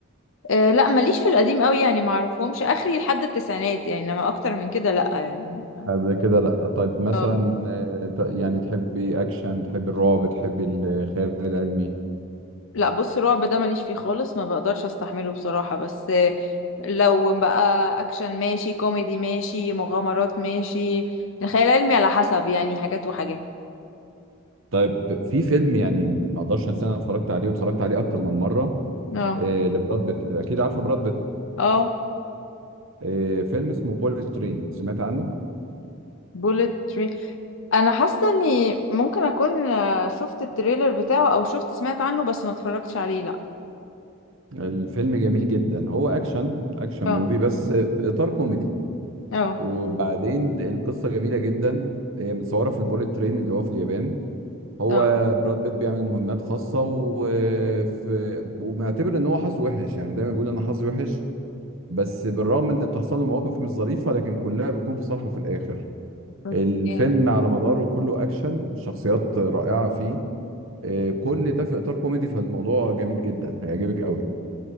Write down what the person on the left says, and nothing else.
آه لا ماليش في القديم قوي يعني ما اعرفهمش اخري لحد التسعينات يعني انما اكتر من كده لا يعني
اه
لا بص الرعب ده ماليش فيه خالص ما بقدرش استحمله بصراحه بس آه، لو بقى اكشن ماشي كوميدي ماشي مغامرات ماشي الخيال العلمي على حسب يعني حاجات وحاجات
اه
اه
بوليت انا حاسه اني ممكن اكون آه، شفت التريلر بتاعه او شفت سمعت عنه بس ما اتفرجتش عليه لا
اه
اه
اه
اوكي